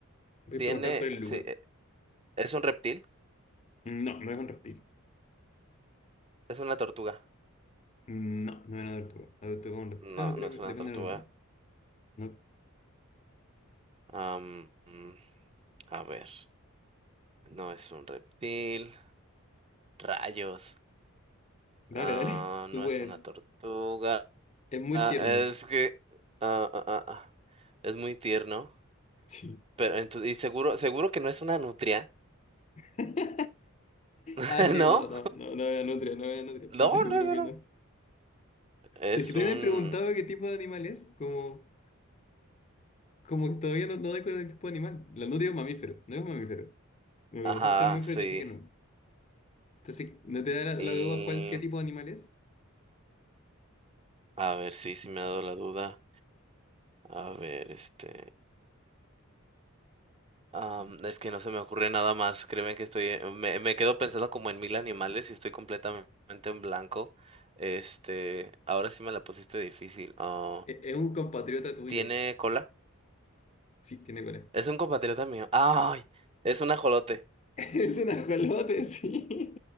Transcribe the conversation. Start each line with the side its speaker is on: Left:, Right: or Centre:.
Left: Puedes
Right: Tiene,
Left: preguntar por el lugar.
Right: sí, e- es un reptil,
Left: No, no es un reptil.
Right: es una tortuga.
Left: No, no es una tortuga. La tortuga es un reptil. Ah,
Right: No,
Left: no, creo
Right: no es
Left: que
Right: una
Left: depende
Right: tortuga.
Left: de la tortuga. No.
Right: Am, mm, a ver, no es un reptil. Rayos.
Left: Dale,
Right: Ah,
Left: dale. <laughs> Tú
Right: no
Left: puedes.
Right: es una tortuga.
Left: Es muy
Right: Ah,
Left: tierno.
Right: es que ah, ah, ah, ah, es muy tierno.
Left: Sí.
Right: Pero entonces, y seguro, seguro que no es una nutria.
Left: <laughs>
Right: <laughs>
Left: Ah, sí,
Right: ¿No?
Left: no, no, no, no era nutria, no era nutria. Estoy
Right: No,
Left: seguro
Right: no es una.
Left: que no.
Right: Es
Left: Es que todavía
Right: un.
Left: me he preguntado qué tipo de animal es. Como, como que todavía no, no doy con el tipo de animal. La nutria es un mamífero, no es un mamífero. Me preguntaste
Right: Ajá,
Left: si era un mamífero
Right: sí.
Left: y te dije que no. Entonces, sí, no te da la,
Right: Y.
Left: la duda cuál, qué tipo de animal es.
Right: A ver, sí, sí me ha dado la duda. A ver, este. Am, es que no se me ocurre nada más. Créeme que estoy, me, me quedo pensando como en mil animales y estoy completamente en blanco. Este, ahora sí me la pusiste difícil. Ah,
Left: E- Es, un compatriota tuyo.
Right: ¿tiene cola?
Left: Sí, tiene cola.
Right: Es un compatriota mío. ¡Ay! Es un ajolote.
Left: <laughs> Es un ajolote, <laughs> sí.